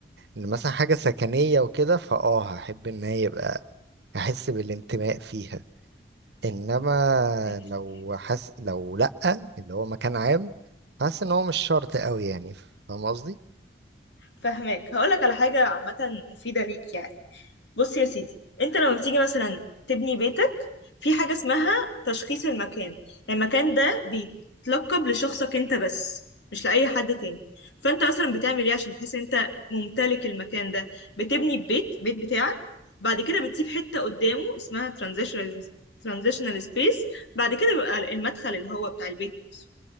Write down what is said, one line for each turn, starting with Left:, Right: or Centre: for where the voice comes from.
Right: إن مثلا حاجة سكنية وكده فاه هحب ان هي يبقى احس بالانتماء فيها انما
Left: ماشي
Right: لو حس لو لأ اللي هو مكان عام حاسس ان هو مش شرط قوي يعني فاهم قصدي
Left: فهماك هقولك على حاجة عامة مفيدة ليك يعني بص يا سيدي انت لما بتيجي مثلا تبني بيتك في حاجة اسمها تشخيص المكان يعني المكان ده بيتلقب لشخصك انت بس مش لأي حد تاني فانت مثلا بتعمل ايه عشان تحس ان انت ممتلك المكان ده بتبني بيت بيت بتاعك بعد كده بتسيب حتة قدامه اسمها ترانزيشنال ترانزيشنال سبيس بعد كده بيبقى المدخل اللي هو بتاع البيت نفسه